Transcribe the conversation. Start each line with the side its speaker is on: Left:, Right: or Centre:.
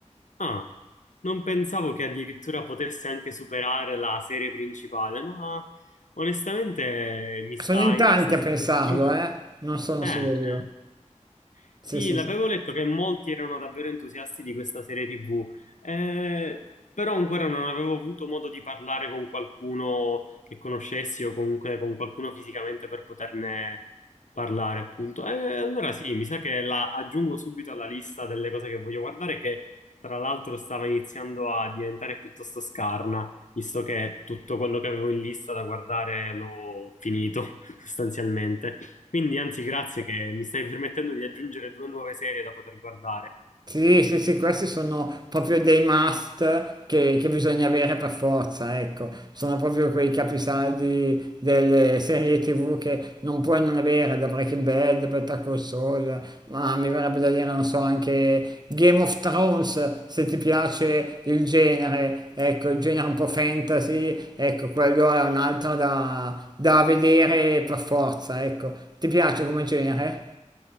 Left: Ah, non pensavo che addirittura potesse anche superare la serie principale, ma onestamente mi
Right: Sono
Left: sta
Right: in
Left: interessando.
Right: tanti a pensarlo,
Left: anche questo. Quindi,
Right: eh? Non sono
Left: eh,
Right: solo
Left: eh.
Right: io.
Left: Sì,
Right: Sì, sì,
Left: l'avevo
Right: sì.
Left: letto che molti erano davvero entusiasti di questa serie TV, eh, però ancora non avevo avuto modo di parlare con qualcuno che conoscessi o comunque con qualcuno fisicamente per poterne parlare, appunto. Eh, allora sì, mi sa che la aggiungo subito alla lista delle cose che voglio guardare, che tra l'altro stava iniziando a diventare piuttosto scarna, visto che tutto quello che avevo in lista da guardare l'ho finito <laughs> sostanzialmente. Quindi, anzi, grazie che mi stai permettendo di aggiungere due nuove serie da poter guardare.
Right: Sì, sì, sì, questi sono proprio dei must che, che bisogna avere per forza, ecco. Sono proprio quei capisaldi delle serie TV che non puoi non avere, da Breaking Bad, Better Call Saul, ma mi verrebbe da dire, non so, anche Game of Thrones, se ti piace il genere, ecco, il genere un po' fantasy, ecco, quello è un altro da, da vedere per forza, ecco. Ti piace come genere?